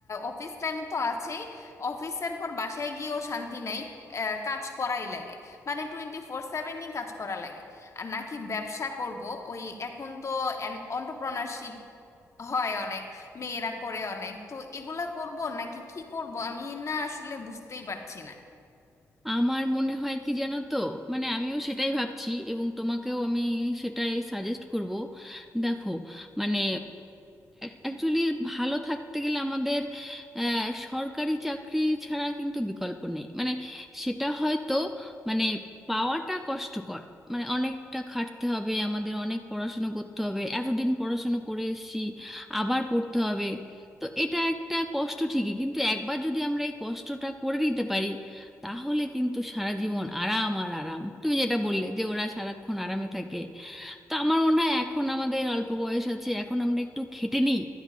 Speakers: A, on the left; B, in the centre.
A: অফিস টাইম তো আছেই অফিসের পর বাসায় গিয়েও শান্তি নাই আহ, কাজ করাই লাগে মানে টোয়েন্টি ফোর সেভেনই কাজ করা লাগে আর নাকি ব্যবসা করব ওই এখন তো এন্টারপ্রেনারশিপ হয় অনেক মেয়েরা করে অনেক তো এগুলা করব নাকি কি করব আমি না আসলে বুঝতেই পারছি না
B: আমার মনে হয় কি জানো তো মানে আমিও সেটাই ভাবছি এবং তোমাকেও আমি সেটাই সাজেস্ট করব দেখো মানে অ্যাকচুয়ালি ভালো থাকতে গেলে আমাদের আহ, সরকারি চাকরি ছাড়া কিন্তু বিকল্প নেই মানে সেটা হয়তো মানে পাওয়াটা কষ্টকর মানে অনেকটা খাটতে হবে আমাদের অনেক পড়াশুনো করতে হবে এতদিন পড়াশুনো করে এসেছি আবার পড়তে হবে তো এটা একটা কষ্ট ঠিকই কিন্তু একবার যদি আমরা এই কষ্টটা করে নিতে পারি তাহলে কিন্তু সারা জীবন আরাম আর আরাম তুমি যেটা বললে যে ওরা সারাক্ষণ আরামে থাকে তো আমার মনে হয় এখন আমাদের অল্প বয়স আছে এখন আমরা একটু খেটে নিই